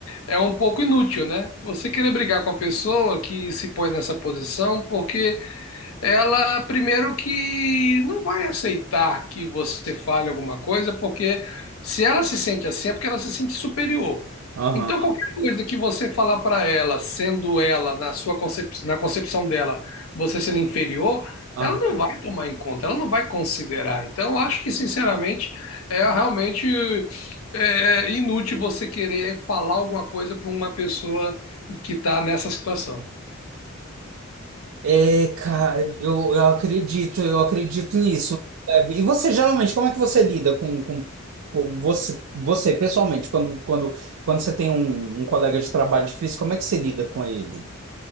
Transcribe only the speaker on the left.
é um pouco inútil, né? Você querer brigar com a pessoa que se põe nessa posição, porque ela primeiro que não vai aceitar que você fale alguma coisa, porque se ela se sente assim, é porque ela se sente superior.
Então, qualquer coisa que você falar para ela, sendo ela, na sua concep... na concepção dela, você sendo inferior,
ela não vai tomar em conta, ela não vai considerar. Então, eu acho que, sinceramente, é realmente é, é inútil você querer falar alguma coisa para uma pessoa que está nessa situação.